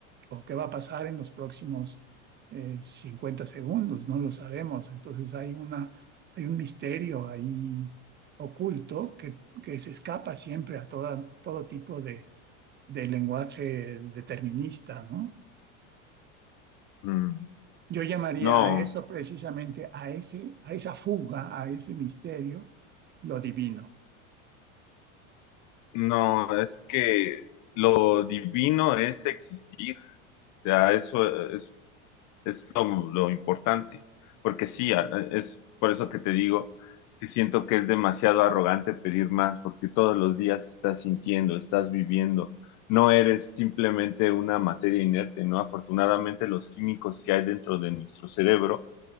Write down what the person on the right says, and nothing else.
o qué va a pasar en los próximos eh, 50 segundos, no lo sabemos. Entonces hay una, hay un misterio ahí oculto que, que se escapa siempre a toda, todo tipo de, de lenguaje determinista, ¿no?
Yo llamaría
a Claro. eso precisamente, a ese, a esa fuga, a ese misterio, lo divino.